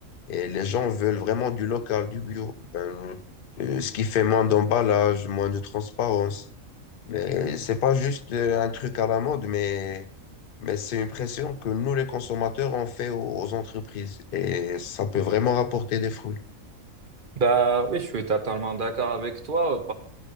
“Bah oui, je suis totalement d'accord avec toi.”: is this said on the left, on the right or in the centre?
Right